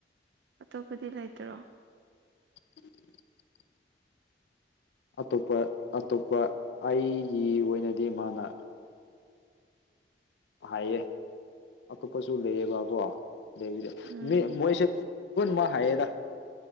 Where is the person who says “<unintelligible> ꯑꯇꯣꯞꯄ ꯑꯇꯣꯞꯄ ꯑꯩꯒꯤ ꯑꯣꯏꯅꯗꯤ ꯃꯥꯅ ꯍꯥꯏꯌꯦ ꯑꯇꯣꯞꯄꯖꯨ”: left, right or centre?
Left